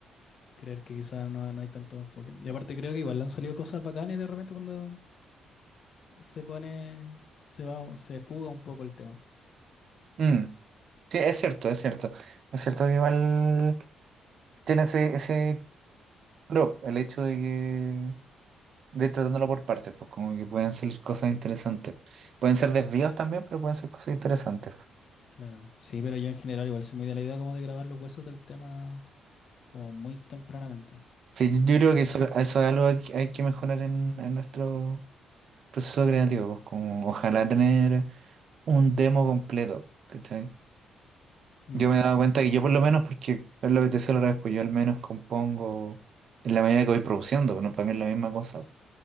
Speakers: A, on the left; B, on the right.
A: creer que quizás no, no hay tanto enfoque. Y aparte creo que igual le han salido cosas bacanas de repente cuando se pone, se va, se fuga un poco el tema.
B: mm. Sí, es cierto, es cierto. Es cierto que igual tiene ese, ese prop, el hecho de que de ir tratándolo por partes, pues como que pueden salir cosas interesantes. Pueden ser desvíos también, pero pueden ser cosas interesantes.
A: Claro. Sí, pero yo en general igual soy muy de la idea como de grabar los huesos del tema como muy tempranamente.
B: Sí, yo yo creo
A: Ah,
B: que eso,
A: de-
B: eso es algo que hay que mejorar en, en nuestro proceso creativo, pues como ojalá tener un demo completo, ¿cachai?
A: Mm,
B: Yo me he dado cuenta que yo por lo menos, porque es lo que te decía la otra vez, pues yo al menos compongo en la medida que voy produciendo, pero no para mí es la misma cosa.